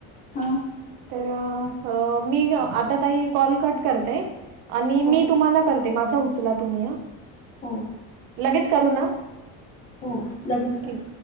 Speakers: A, on the left; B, on the right.
A: हा
B: तर अ... मी अ.. अ आता ताई कॉल कट करते आणि
A: हो
B: मी तुम्हाला करते. माझा उचला तुम्ही......
A: हो
B: लगेच करू ना?
A: हो लगेच करा...
B: ठीक